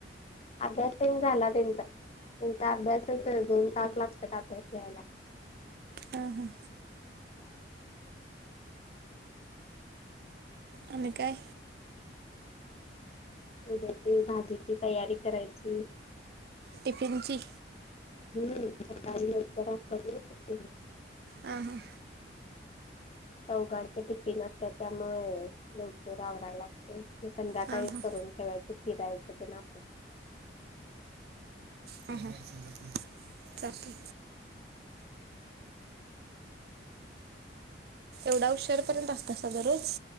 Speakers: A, on the left; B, on the right.
A: अभ्यास प झाला त्यांचा त्यांचा अभ्यासच दोन तास लागतात अभ्यास घयला.
B: ह हा. आणि काय?
A: उद्यातील भाजीची तयारी करायची.
B: टिफिनची.
A: हम्मट <unintelligible>
B: ह-हां.
A: चौघाडचे टिफिन असतात त्यामुळे लवकर आवरायला लागते. संध्याकाळीच
B: हां हां
A: करून फिरायचं ते ना.
B: ह-ह चाललू. एवढा हुशार पर्यंत असतसा दररोज.